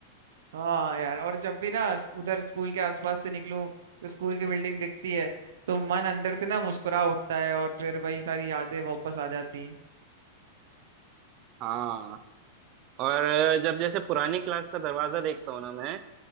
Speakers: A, on the right; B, on the right.
A: हाँ यार और जब भी ना स- उधर स्कूल के आसपास से निकलूं तो स्कूल की बिल्डिंग दिखती है तो मन अंदर से ना मुस्कुरा उठता है और फिर वही सारी यादें वापस आ जाती हैं
B: हाँ और जब जैसे पुरानी क्लास का दरवाजा देखता हूँ ना मैं